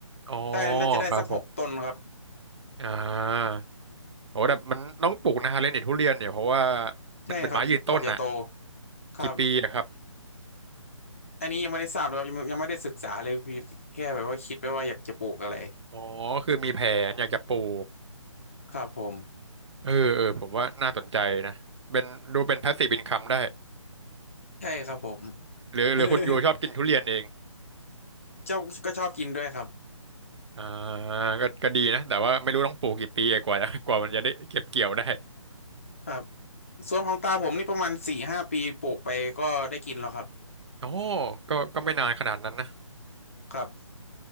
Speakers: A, on the right (about 55°); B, on the left (about 25°).
A: อ๋อ
B: ได้น่าจะได้สักหกต้นครับ
A: ครับผมอ่าโอ้แต่มันต้องปลูกนานเลยนี่ทุเรียนเนี่ยเพราะว่า
B: ใช่ครับกว่าจะโต
A: มันเป็นไม้ยืนต้นน่ะ
B: ครับ
A: กี่ปีอะครับ
B: อันนี้ยังไม่ได้ทราบเลยครับยังยังไม่ได้ศึกษาเลยพี่แค่แบบว่าคิดไว้ว่าอยากจะปลูกอะไร
A: อ๋อคือมีแผนอยากจะปลูก
B: ครับผม
A: เออเออผมว่าน่าสนใจนะเป็นดูเป็น passive income ได้
B: ใช่ครับผม
A: หรือหรือคุณยูชอบกินทุเรียนเอง
B: <laughs> ชอบก็ชอบกินด้วยครับ
A: อ่าก็ก็ดีนะแต่ว่าไม่รู้ต้องปลูกกี่ปีอะกว่าจะ <laughs> กว่ามันจะได้เก็บเกี่ยวได้
B: ครับสวนของตาผมนี่ประมาณสี่ห้าปีปลูกไปก็ได้กินแล้วครับ
A: โอ้ก็ก็ไม่นานขนาดนั้นนะ
B: ครับ